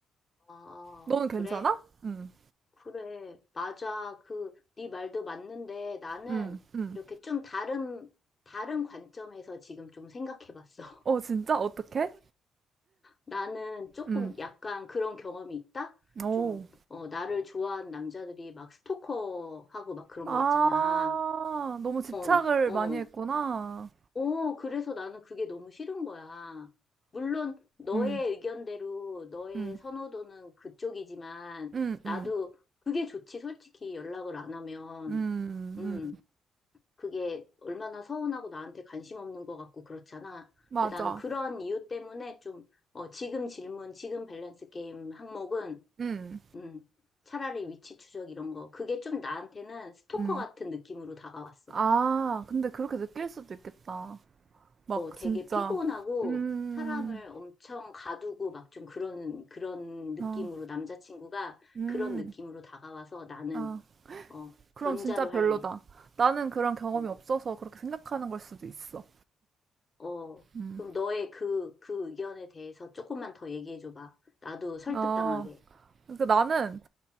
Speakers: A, on the left; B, on the right.
A: 아,
B: 너는
A: 그래?
B: 괜찮아? 응,
A: 그래. 맞아. 그, 네 말도 맞는데 나는
B: 응, 응.
A: 이렇게 좀 다른, 다른 관점에서 지금 좀 생각해 봤어. <laughs>
B: 어, 진짜? 어떻게?
A: 나는 조금
B: 응.
A: 약간 그런 경험이 있다?
B: 오.
A: 좀, 어, 나를 좋아하는 남자들이 막 스토커하고 막 그런
B: 아,
A: 거 있잖아.
B: 너무 집착을
A: 어, 어.
B: 많이 했구나.
A: 어, 그래서 나는 그게 너무 싫은 거야. 물론 너의
B: 응,
A: 의견대로 너의
B: 응,
A: 선호도는 그쪽이지만
B: 응,
A: 나도
B: 응,
A: 그게 좋지, 솔직히 연락을 안 하면.
B: 응,
A: 음,
B: 응.
A: 그게 얼마나 서운하고 나한테 관심 없는 것 같고 그렇잖아.
B: 맞아.
A: 근데 나는 그런 이유 때문에 좀, 어, 지금 질문, 지금 밸런스 게임 항목은,
B: 응,
A: 음, 차라리 위치 추적 이런 거. 그게 좀 나한테는 스토커
B: 응.
A: 같은 느낌으로 다가왔어.
B: 아, 근데 그렇게 느낄 수도 있겠다. 막
A: 어, 되게
B: 진짜,
A: 피곤하고
B: 음,
A: 사람을 엄청 가두고 막 좀 그런, 그런 느낌으로
B: 어,
A: 남자친구가
B: 음,
A: 그런 느낌으로 다가와서 나는,
B: 아,
A: 어,
B: 그럼
A: 전자로
B: 진짜 별로다.
A: 할래.
B: 나는 그런 경험이
A: 어,
B: 없어서 그렇게 생각하는 걸 수도 있어.
A: 어,
B: 음,
A: 그럼 너의 그, 그 의견에 대해서 조금만 더 얘기해줘봐. 나도 설득당하게.
B: 어, 그러니까 나는